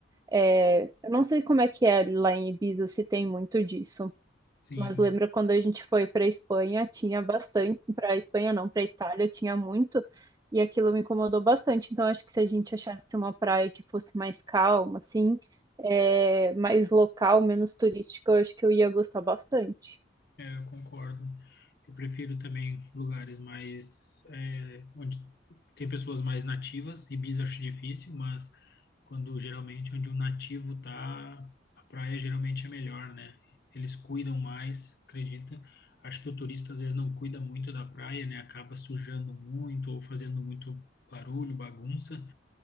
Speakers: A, on the right; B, on the left.
A: É, eu não sei como é que é lá em Ibiza se tem muito disso.
B: Sim.
A: Mas lembra quando a gente foi para Espanha, tinha bastante, para Espanha não, para Itália tinha muito, e aquilo me incomodou bastante. Então acho que se a gente achasse uma praia que fosse mais calma, assim, é, mais local, menos turística, eu acho que eu ia gostar bastante.
B: É, eu concordo. Eu prefiro também lugares mais, é, onde tem pessoas mais nativas. Ibis acho difícil, mas quando geralmente onde um nativo tá, a praia geralmente é melhor, né? Eles cuidam mais, acredita? Acho que o turista às vezes não cuida muito da praia, né? Acaba sujando muito ou fazendo muito barulho, bagunça.